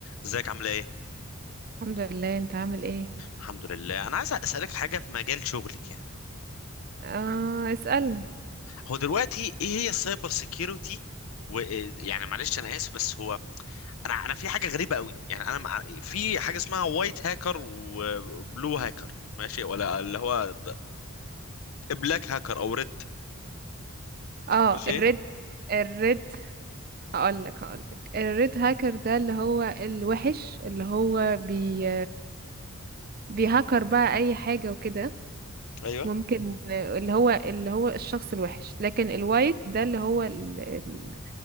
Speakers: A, on the left (about 70°); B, on the right (about 40°).
A: ازيك عامله ايه
B: الحمد لله انت عامل ايه
A: الحمد لله انا عايز اسالك في حاجه في مجال شغلك يعني
B: آه اسألني
A: هو دلوقتي ايه هي السايبر سيكيورتي ويعني معلش انا اسف بس هو انا انا في حاجه غريبه قوي يعني انا مع... في حاجه اسمها وايت هاكر وبلو هاكر ماشي ولا اللي هو بلاك هاكر او ريد
B: اه
A: ماشي
B: الريد الريد هقولك هقولك الريد هاكر ده اللي هو الوحش اللي هو بي بيهكر بقى اي حاجة وكده
A: ايوه
B: ممكن اللي هو اللي هو الشخص الوحش لكن الوايت ده اللي هو ال- ال-